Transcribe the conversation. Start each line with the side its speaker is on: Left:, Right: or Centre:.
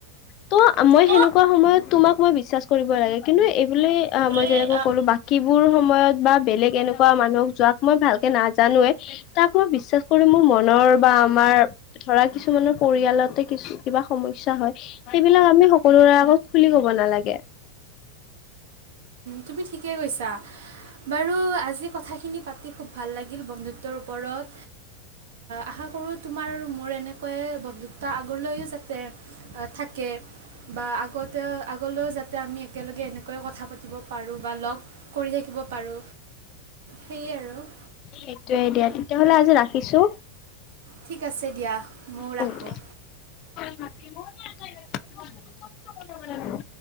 Left: ত' মই
Right: ত
Left: সেনেকুৱা সময়ত তোমাক মই বিশ্বাচ কৰিব লাগে, কিন্তু এ ই বুলি অ'
Right: বোলে
Left: মই যেনেকৈ ক'লো বাকী বোৰ সময়ত বা বেলেগ এনেকুৱা মানুহক যাক মই ভাল নাজানোৱে তাক মই বিশ্বাচ কৰি মোৰ মনৰ বা আমাৰ ধৰা কিছুমানৰ পৰিয়ালৰ কিবা সমস্যা হয় সেইবিলাক আমি সকলোৰে আগত খুলি কব নালাগে। <inaudible>
Right: তুমি ঠিকে কৈছা। বাৰু আজি কথাখিনি পাতি খুব ভাল লাগিল বন্ধুত্বৰ ওপৰত আশা কৰোঁ তোমাৰ আৰু মোৰ এনেকৈ বন্ধুত্ব আগলৈও যাতে থাকে। থাকে বা আগতে আগলৈও যাতে আমি একেলগে এনেকৈ পাৰো বা লগ কৰি থাকিব পাৰো। সেয়ে আৰু।
Left: সেইটোৱে দিয়া। তেতিয়াহলে আজি ৰাখিছো?
Right: ঠিক আছে দিয়া। ময়ো
Left: উম
Right: ৰাখোঁ।
Left: <unintelligible>